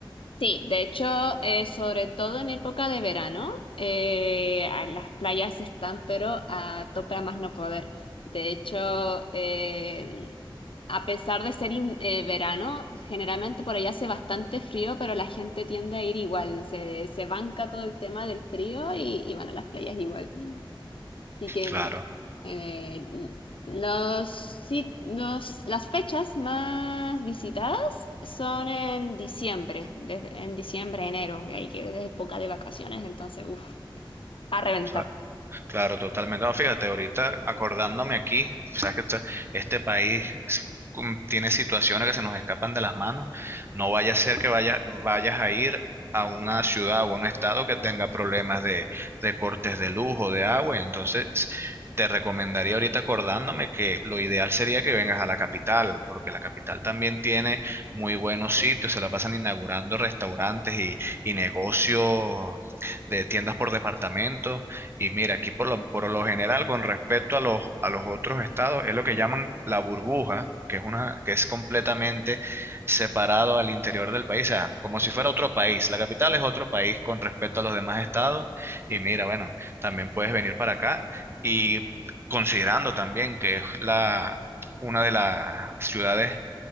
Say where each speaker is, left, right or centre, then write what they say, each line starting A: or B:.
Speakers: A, on the left; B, on the right.
A: Sí, de hecho, eh, sobre todo en época de verano, eh, a las playas están, pero a tope a más no poder. De hecho, eh, a pesar de ser in- eh, verano, generalmente por allá hace bastante frío, pero la gente tiende a ir igual, se, se banca todo el tema del frío y, y van a las playas igual. Así que
B: Claro.
A: eh, los, sit- los- las fechas más visitadas son en diciembre, desde- en diciembre, enero, que ahí que es época de vacaciones, entonces, uff, a reventar.
B: claro. Claro, totalmente. No, fíjate, ahorita acordándome aquí, sabes que este, este país cum- tiene situaciones que se nos escapan de las manos. No vaya a ser que vaya, vayas a ir a una ciudad o a un estado que tenga problemas de, de cortes de luz o de agua. Entonces, te recomendaría ahorita acordándome que lo ideal sería que vengas a la capital, porque la capital también tiene muy buenos sitios, se la pasan inaugurando restaurantes y, y negocios de tiendas por departamento. Y mira, aquí por lo, por lo general, con respecto a los, a los otros estados, es lo que llaman la burbuja, que es una, que es completamente separado al interior del país, o sea, como si fuera otro país. La capital es otro país con respecto a los demás estados. Y mira, bueno, también puedes venir para acá. Y considerando también que es la, una de las ciudades